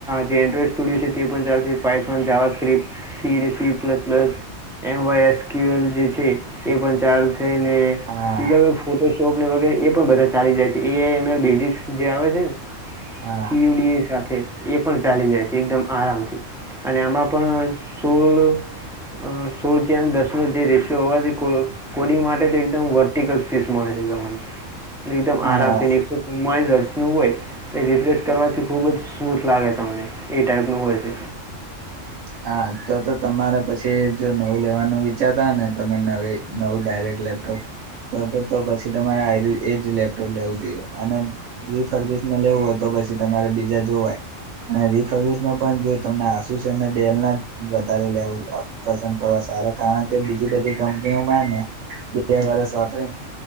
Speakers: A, in the centre; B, on the right.
A: જે એન્ડ્રોઈડ સ્ટુડિયો છે તે એ પણ ચાલશે Python JavaScript C C plus plus MySQL જે છે એ પણ ચાલશે ને
B: હા
A: બીજા ફોટોશોપ ને વગેરે એ પણ બધા ચાલી જાય છે એઆઈ બેઝિક્સ જે આવે છે ને-
B: હા
A: સીયડી સાથે એ પણ ચાલી જાય છે એકદમ આરામથી. અને આમાં પણ સોલ અ સોળ જેમ દસનો જે રેશિયો હોવાથી કો કોડિંગ માટે તો એકદમ વર્ટિકલ સ્પેસ મળે છે તમને એકદમ
B: હા
A: આરામથી નીક કે ચૂમાલીસ રસ્યુ હોય. તો એ રિફ્રેશ કરવાથી ખુબ જ સ્મૂથ લાગે તમને એ ટાઈપનું હોય છે.
B: હા તો તો તમારે પછી જો નવું લેવાનું વિચારતા હો ને તમે નવી નવું ડાયરેક્ટ લેપટોપ તો તો તો પછી તમારે આરયુ એજ લેપટોપ લેવું જોઈએ અને બી ફરગીસમાં લેવું હોય તો પછી તમારે બીજા જોવાય. અને રીફરગીસમાં પણ જો તમને આશિષ અને ડેલ ના વધારે લેવું અ પસંદ કરવા સારા કારણ કે બીજી બધી કંપનીઓમાં હે ને બે વરસ વાપરે ને